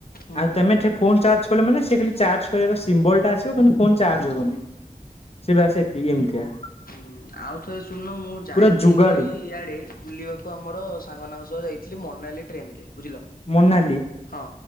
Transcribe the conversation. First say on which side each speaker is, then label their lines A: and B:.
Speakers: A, on the left (about 75°); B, on the left (about 40°).
A: ହୁଁ।
B: ଆଉ ତମେ ଠେ ଫୋନ୍ ଚାର୍ଜ କଲେ ମାନେ ସେ ଖାଲି ଚାର୍ଜ କରିବାର ସିମ୍ବଲଟା ଆସିବ କିନ୍ତୁ ଫୋନ ଚାର୍ଜ ହେବନି।
A: ହୁଁ ହୁଁ
B: ସେବା <unintelligible> ବି ଏମିତିଆ।
A: ହୁଁ। ଆଉ ଥରେ ଶୁଣୁନ ମୁଁ ଯାଇଥିଲି
B: ପୁରା ଯୁଗାଡୁ
A: ଇଆଡେ ବୁଲିବାକୁ ଆମର ସାଙ୍ଗମାନଙ୍କ ସହ ଯାଇଥିଲି ମନାଲି ଟ୍ରେନରେ ବୁଝିଲ।
B: ମୋନାଲି
A: ହଁ